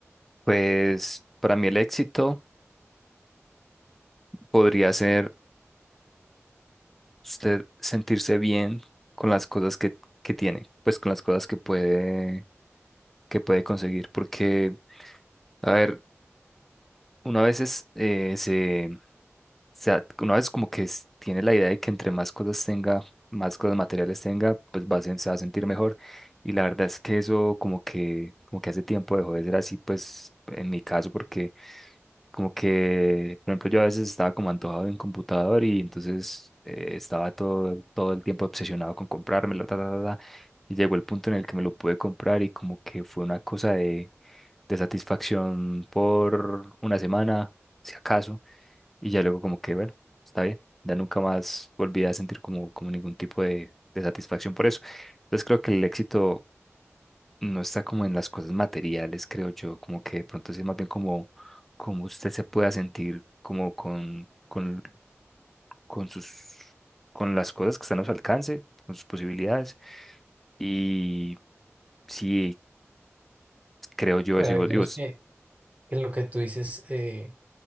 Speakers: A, in the centre; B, on the right (about 30°).
A: Pues para mí el éxito podría ser usted sentirse bien con las cosas que, que tiene, pues con las cosas que puede, que puede conseguir. Porque, a ver, una vez es, eh, se, se a- una vez como que s- tiene la idea de que entre más cosas tenga, más cosas materiales tenga, pues va a, sen- se va a sentir mejor. Y la verdad es que eso como que, como que hace tiempo dejó de ser así, pues en mi caso, porque Como que, por ejemplo, yo a veces estaba como antojado de un computador y entonces eh, estaba todo, todo el tiempo obsesionado con comprármelo, ta, ta, ta, ta. Y llegó el punto en el que me lo pude comprar y como que fue una cosa de, de satisfacción por una semana, si acaso. Y ya luego como que, bueno, está bien. Ya nunca más volví a sentir como, como ningún tipo de, de satisfacción por eso. Entonces creo que el éxito no está como en las cosas materiales, creo yo, como que de pronto sí es más bien como, como usted se pueda sentir como con, con, con sus, con las cosas que están a su alcance, con sus posibilidades. Y sí, creo yo
B: Bueno,
A: eso. Y vos,
B: digamos
A: y vos,
B: que en lo que tú dices, eh,